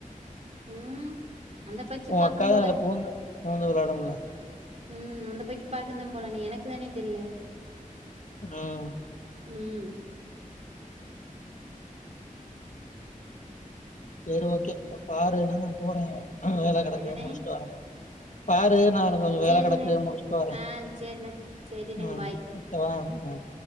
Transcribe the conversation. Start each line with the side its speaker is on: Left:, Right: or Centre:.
Right: ம். அந்த பக்கி
Left: உ
Right: பாக்கும்
Left: அக்கா
Right: போல.
Left: தா அதுல பூந்து புகுந்து வெளாடும்ல
Right: ம் அந்த போய்ட்டு பாக்குனு போல்லண்ணே எனக்கு தானே தெர்ல
Left: அ
Right: ம்
Left: செரி ஓகே அ பாருன்னனா போறே வேல கெடைக்கு
Right: என்னனே?
Left: முடிச்சுட்டு வரே பாரு நா இங்க கொஞ்சோ வேல
Right: சேரிண்ணே.
Left: கெடக்கு முடிச்ட்டு வாரே
Right: ஆ. சேரிண்ணே. சேரிண்ணே.
Left: ம்
Right: பாய்.
Left: வெக்கவா ம்